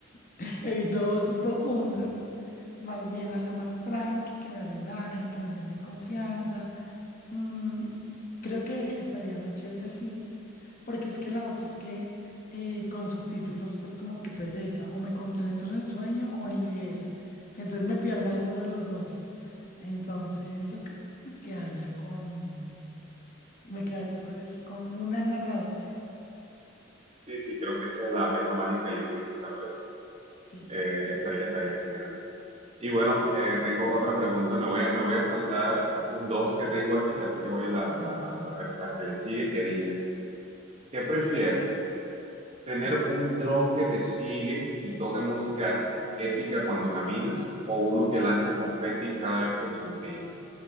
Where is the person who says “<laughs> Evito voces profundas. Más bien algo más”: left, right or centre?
Left